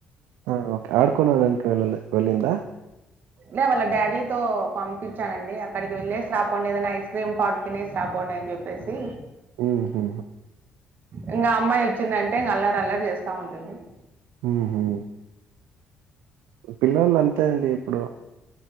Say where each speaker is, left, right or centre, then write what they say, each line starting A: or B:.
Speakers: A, on the right; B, on the right.
A: ఆ ఓకే ఆడుకోనడానికి వేల్లలే వెలింద
B: లే వాళ్ళ డాడీతో పంపించానండి అక్కడికి వెళ్లేేసి రాపోండి ఏదైనా ఐస్ క్రీమ్ పాడు తినేసి రాపోండి అని చెప్పి పైసి
A: హూ హమ్
B: ఇంగ అమ్మాయి వచ్చిందంటే ఇంకా అల్లారి అల్లరి చేస్తా ఉంటుంది
A: ఉహు పిల్లలు అంతే అండి ఇప్పుడు